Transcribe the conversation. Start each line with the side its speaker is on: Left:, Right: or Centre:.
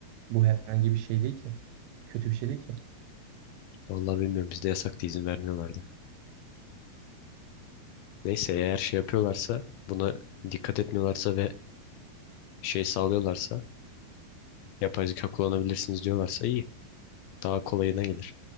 Right: Bu herhangi bir şey değil ki. Kötü bir şey değil ki.
Left: vallahi bilmiyorum bizde yasaktı izin vermiyorlardı. Neyse eğer şey yapıyorlarsa buna dikkat etmiyorlarsa ve şey sağlıyorlarsa yapay zeka kullanabilirsiniz diyorlarsa iyi. Daha kolayına gelir.